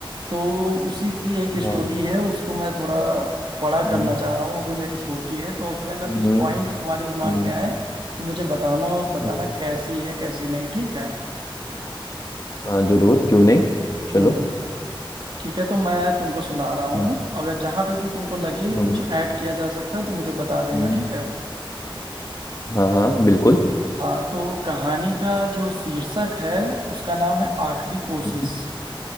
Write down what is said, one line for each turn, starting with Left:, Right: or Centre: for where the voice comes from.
Right: तो उसी की एक
Left: हाँ
Right: स्टोरी है उसको मैं थोड़ा बड़ा
Left: हम्म
Right: करना चाह रहा हूँ अभी मेरी छोटी है तो उसमें अगर
Left: हम्म
Right: कुछ पॉइंट तुम्हारे दिमाग
Left: हम्म
Right: में आए तो मुझे बताना और बताना
Left: हम्म,
Right: कैसी है कैसी नहीं ठीक है
Left: हाँ जरूर क्यों नहीं चलो
Right: हम्म हम्म। ठीक है तो मैं तुमको सुना रहा हूँ
Left: हम्म
Right: अगर जहाँ पे भी तुमको लगे
Left: हम्म
Right: कुछ ऐड किया जा सकता है तो मुझे बता देना
Left: हम्म,
Right: ठीक है
Left: हाँ हाँ बिल्कुल
Right: हाँ तो कहानी का जो शीर्षक है उसका नाम है आखिरी कोशिश
Left: हम्म,